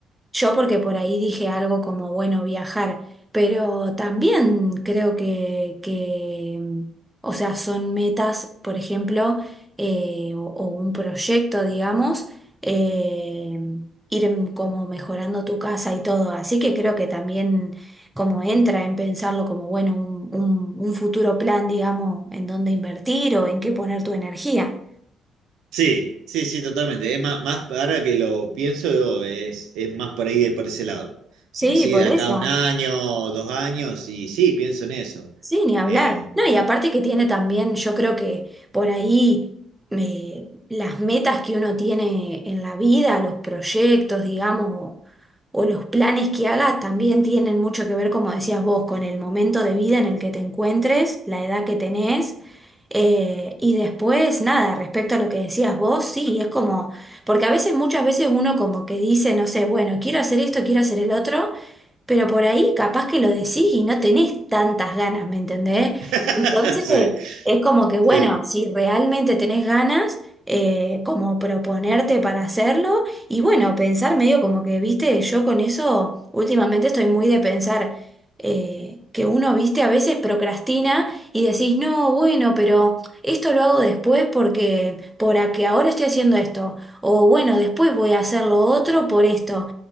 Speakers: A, in the centre; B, on the right.
A: yo, porque por ahí dije algo como, bueno, viajar, pero también creo que, que mm, o sea, son metas, por ejemplo, eh, o, o un proyecto, digamos, eh, ir mm, como mejorando tu casa y todo. Así que creo que también como entra en pensarlo como, bueno, un, un un futuro plan, digamos, en dónde invertir o en qué poner tu energía.
B: sí, sí, sí, totalmente. Es más, más ahora que lo pienso, yo, es, es más por ahí, de- por ese lado. Si
A: Sí,
B: me sigue
A: por
B: de acá
A: eso.
B: un año, dos años, y sí, pienso en eso.
A: Sí, ni hablar.
B: En...
A: No, y aparte que tiene también, yo creo que por ahí eh, las metas que uno tiene en la vida, los proyectos, digamos, o, o los planes que hagas, también tienen mucho que ver, como decías vos, con el momento de vida en el que te encuentres, la edad que tenés. Eh, y después, nada, respecto a lo que decías vos, sí, es como, porque a veces, muchas veces uno como que dice, no sé, bueno, quiero hacer esto, quiero hacer el otro pero por ahí capaz que lo decís y no tenés tantas ganas, ¿me entendés?
B: <laughs>
A: Entonces,
B: Sí,
A: es como que, bueno,
B: sí.
A: si realmente tenés ganas, eh, como proponerte para hacerlo y bueno, pensar medio como que, viste, yo con eso últimamente estoy muy de pensar. eh, que uno, viste, a veces procrastina y decís, no, bueno, pero esto lo hago después porque, por a que ahora estoy haciendo esto, o bueno, después voy a hacer lo otro por esto.